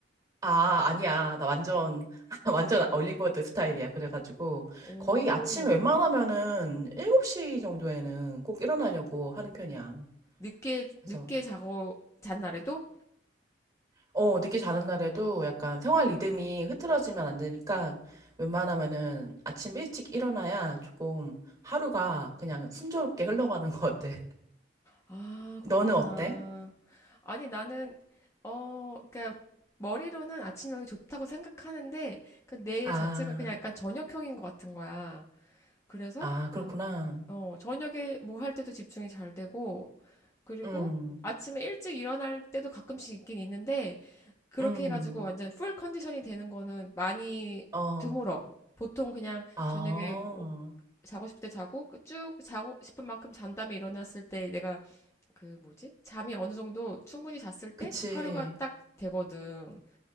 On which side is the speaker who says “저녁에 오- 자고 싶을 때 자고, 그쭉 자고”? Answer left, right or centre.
Left